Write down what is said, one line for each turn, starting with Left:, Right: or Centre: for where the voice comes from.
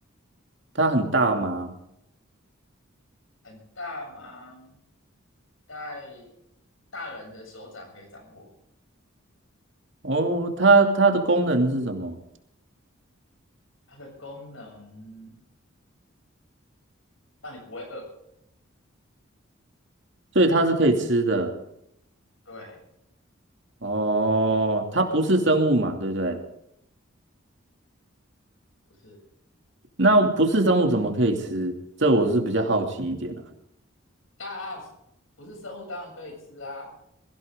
Right: 它很大吗？
Left: 很大吗？在大人的手掌可以掌握，
Right: 哦，它它的功能是什么？
Left: 它的功能让你不会饿。
Right: 所以它是可以吃的。
Left: 对，
Right: 哦，它不是生物嘛，对不对？
Left: 不是，
Right: 那不是生物怎么可以吃？这我是比较好奇一点啊。
Left: 大不是生物，当然可以吃啊，